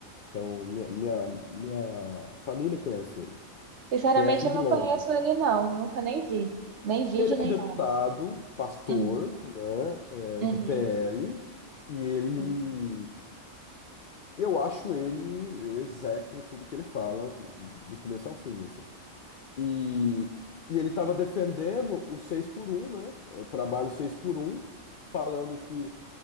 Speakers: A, on the left (about 75°); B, on the right (about 60°).
A: Então, minha, minha, minha família conhece ele.
B: Sinceramente,
A: Conhece de
B: eu não
A: longe,
B: conheço
A: assim.
B: ele, não. Nunca nem vi. Nem vídeo,
A: Ele
B: nem
A: é um deputado,
B: nada.
A: pastor,
B: Hum,
A: né,
B: uhum,
A: é, do PL, e ele,
B: uhum.
A: eu acho ele, eu execro tudo que ele fala, do começo ao fim, assim. E, e ele estava defendendo o 6 por um né? O trabalho 6 por um falando que